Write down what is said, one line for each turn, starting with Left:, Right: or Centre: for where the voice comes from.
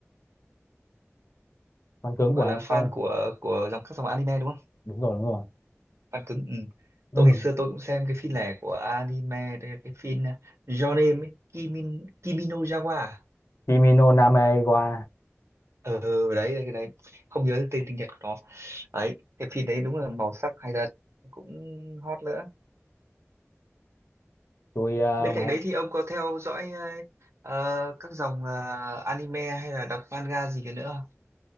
Left: fan cứng
Right: gọi
Left: của anime.
Right: là fan của của dòng các dòng anime đúng không?
Left: Đúng rồi, đúng rồi.
Right: Fan cứng ừ.
Left: Ừ.
Right: Tôi ngày xưa tôi cũng xem cái phim này của anime đây là cái phim uh, Your Name ấy, Kimi, Kimi no Yawa à?
Left: Kimi no Name wa.
Right: ờ đấy, đấy cái đấy không nhớ tên tiếng Nhật của nó đấy cái phim đấy đúng là màu sắc hay thật cũng hot nữa
Left: Tôi ờ,
Right: bên
Left: ngoài-
Right: cạnh đấy thì ông có theo dõi ờ, các dòng ờ, anime hay là đọc manga gì cả nữa không?